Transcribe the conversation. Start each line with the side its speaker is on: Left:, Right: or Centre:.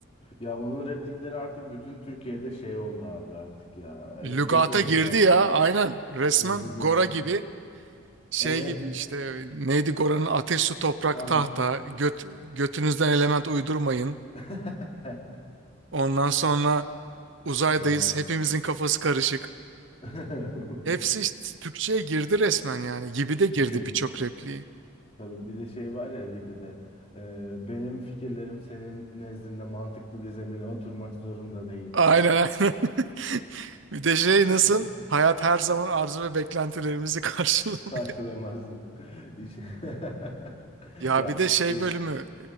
Left: Ya onun replikleri artık bütün Türkiye'de şey oldu abi artık ya.
Right: Lügata
Left: Etiketi oldu
Right: girdi
Left: yani.
Right: ya aynen resmen
Left: Girdi girdi.
Right: Gora gibi şey
Left: Evet.
Right: gibi işte neydi Gora'nın ateş su toprak
Left: Arok.
Right: tahta göt, götünüzden element uydurmayın.
Left: <laughs>
Right: Ondan sonra uzaydayız
Left: Ne var?
Right: hepimizin kafası karışık.
Left: <laughs>
Right: Hepsi işte Türkçe'ye girdi resmen yani gibi de girdi
Left: Şey
Right: birçok repliği.
Left: tabii bir de şey var ya gibi de e, benim fikirlerim senin nezdinde mantıklı bir zemine oturmak zorunda değil.
Right: Aynen aynen. <laughs> Bir de şey
Left: <laughs>
Right: nasıl? Hayat her zaman arzu ve beklentilerimizi karşılıyor.
Left: Karşılayamaz.
Right: <laughs>
Left: <laughs> Hiç- <laughs>
Right: Ya
Left: Ya
Right: bir de şey
Left: e,
Right: bölümü